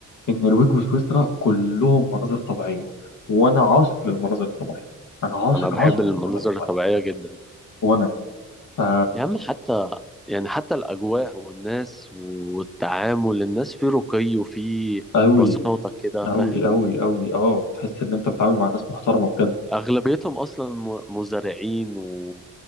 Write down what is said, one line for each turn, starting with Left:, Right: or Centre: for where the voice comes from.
Left: النرويج وسويسرا كلهم مناظر طبيعية وأنا عاشق للمناظر الطبيعية أنا عاشق
Centre: أنا بحب
Left: عاشق
Centre: المناظر
Left: للمناظر الطبيعية
Centre: الطبيعية جدا
Left: وأنا فا
Centre: يا عم حتى يعني حتى الأجواء والناس والتعامل الناس في رقي وفي
Left: أوي
Centre: بساطة كده
Left: أوي
Centre: فاهم
Left: أوي أوي أه تحس إن أنت بتتعامل مع ناس محترمة بجد
Centre: أغلبيتهم أصلا م- مزارعين و...